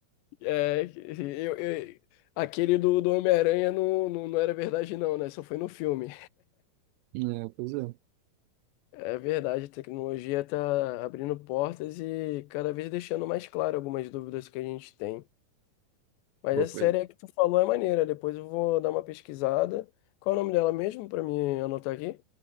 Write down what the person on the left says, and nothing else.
é, eu, eu- aquele do, do Homem-Aranha não, não, não era verdade não, né? Só foi no filme.
É verdade, a tecnologia está abrindo portas e cada vez deixando mais claro algumas dúvidas que a gente tem. Mas
essa
série que tu falou é maneira, depois eu vou dar uma pesquisada. Qual é o nome dela mesmo para me anotar aqui?